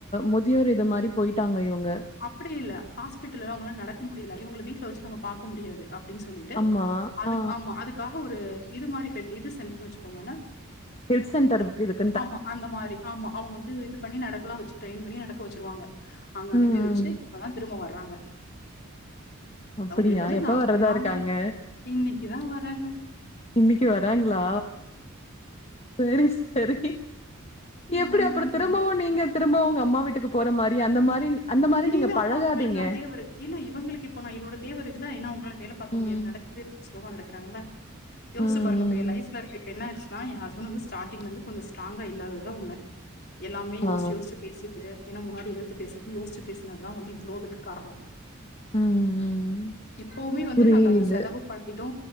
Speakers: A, on the left (about 30°); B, on the left (about 50°).
A: முதியோர் இது மாரி போய்ட்டாங்க இவங்க
B: அப்புடி இல்ல ஹாஸ்பிட்டுல்லலா அவுங்கள நடக்க முடில இவுங்கள வீட்ல வச்சு நம்ம பாக்க முடியாது அ அப்டின் சொல்லிட்டு
A: ஆமா
B: அதுக்கு
A: ஆ
B: ஆமா அதுக்காக ஒரு இது மாரி செஞ் இது சென்ட்ருன் வச்சுக்கோங்கனா
A: ஹெல்த் சென்டர் இருக்கு இதுக்
B: ஆமா அந்த மாரி ஆமா அவுங்க வந்து இது பண்ணி நடக்கலா வச்சு ட்ரெயின் பண்ணி நடக்க வச்சுருவாங்க அங்க அனி
A: ம்
B: ப்பி
A: ம்
B: வச்சு இப்பதா திரும்ப வர்றாங்க
A: அப்டியா
B: அவுங்களுக்கு வந்து
A: எப்ப
B: நாங்
A: வர்றதா
B: நாம
A: இருக்காங்க
B: இன்னைக்குதா வராங்க
A: இன்னைக்கு வராங்ளா செரி செரி
B: இன்னைக்கு.
A: எப்டி அப்புறோ திரும்பவு நீங்க திரும்ப உங்க அம்மா வீட்டுக்கு போற மாரி அந்த மாரி அந்த மாரி
B: இனிமே
A: நீங்க பழகாதீங்க
B: அப்ப அவுங்களுக்கு நா தேவரு இல்ல இவங்களுக்கு இப்போ நா என்னோட தேவ இருக்குல ஏனா அவுங்ளால வே வேல பாக்க முடியாது
A: ம்
B: நடக்கவே ரொம்ப ஸ்லோவா நடக்குறாங்குள யோசு
A: ம்
B: பாருங்க அப்ப
A: ம்.
B: என் லைஃப்ல இப்ப இப்ப என்னாச் நா என் ஹஸ்பன் வந்து ஸ்டார்டிங்லந்து கொஞ்ச ஸ்ட்ராங்கா இல்லாததா உண்ம எல்லாமே யோச்சு
A: ஆ
B: யோச்சு பேசிட்டு ஏனா முன்னாடி இழுத்து பேசுறேன் யோட்ச்சு பேசுனதுதா வந்து இவ்ளோ இதுக்கு காரணோ
A: ம் ம்
B: இப்பவுமே வந்து
A: புரியுது
B: நாங்க அந்த செலவு பண்ணிடோ